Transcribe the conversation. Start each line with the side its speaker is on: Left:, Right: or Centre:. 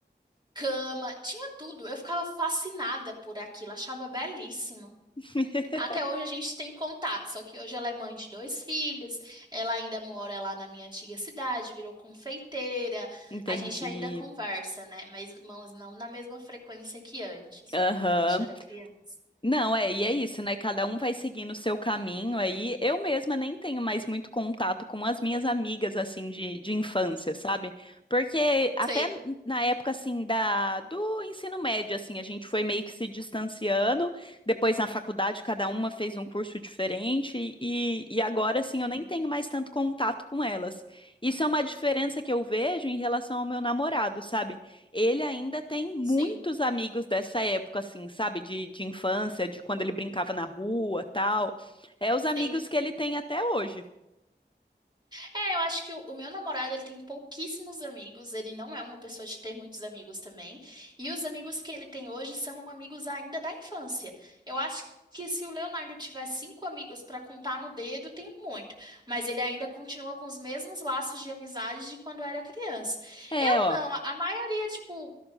Right: cama, tinha tudo. Eu ficava fascinada por aquilo, achava belíssimo.
Left: <laughs>
Right: Até hoje a gente tem contato, só que hoje ela é mãe de dois filhos, ela ainda mora lá na minha antiga cidade, virou confeiteira,
Left: Entendi.
Right: a gente ainda conversa, né? Mas mãos não na mesma frequência que antes,
Left: Aham.
Right: né? Quando a gente era criança.
Left: Não, é, e é isso, né? Cada um vai seguindo o seu caminho aí. Eu mesma nem tenho mais muito contato com as minhas amigas, assim, de, de infância, sabe? Porque até
Right: Sei.
Left: na época, assim, da, do ensino médio, assim, a gente foi meio que se distanciando. Depois, na faculdade, cada uma fez um curso diferente. E, e agora, assim,
Right: Uhum.
Left: eu nem tenho mais tanto contato com elas. Isso é uma diferença que eu vejo em relação ao meu namorado, sabe? ele ainda tem muitos
Right: Sim,
Left: amigos dessa época, assim, sabe? De, de infância, de quando ele brincava na rua, tal. É os
Right: sim.
Left: amigos que ele tem até hoje.
Right: É, eu acho que o, o meu namorado, ele tem pouquíssimos amigos, ele não é uma pessoa de ter muitos amigos também, e os amigos que ele tem hoje são amigos ainda da infância. Eu acho que se o Leonardo tiver cinco amigos para contar no dedo, tem muito, mas ele ainda continua com os mesmos laços de amizade de quando era criança.
Left: É,
Right: Eu
Left: ó.
Right: não, a, a maioria, tipo,